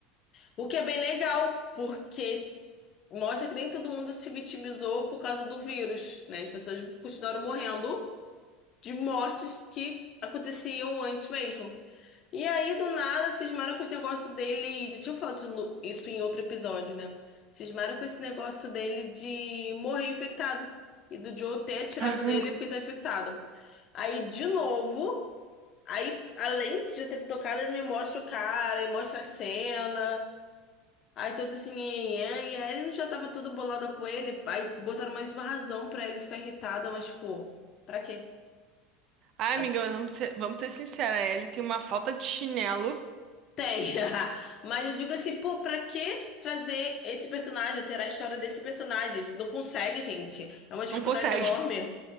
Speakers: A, on the left; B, on the right.
A: O que é bem legal, porque mostra que nem todo mundo se vitimizou por causa do vírus, né? As pessoas continuaram morrendo de mortes que aconteciam antes mesmo. E aí, do nada, cismaram com esse negócio dele. Já tinham falado isso, no- isso em outro episódio, né? Cismaram com esse negócio dele de morrer infectado. E do Joe ter atirado
B: <laughs>
A: nele porque ele tá infectado. Aí, de novo, aí, além de já ter tocado, ele me mostra o cara e mostra a cena. Aí todos assim, "Nhanhã", e a Ellen já tava toda bolada com ele. Aí botaram mais uma razão pra ele ficar irritada, mas, pô, pra quê?
B: Ai,
A: Ela
B: amiga,
A: disse,
B: mas vamos ser, vamos ser sinceros, a Ellie tem uma falta de chinelo.
A: Tem. <laughs> Mas eu digo assim, pô, pra que trazer esse personagem, alterar a história desse personagem? Não consegue, gente. É uma dificuldade
B: Não consegue.
A: enorme.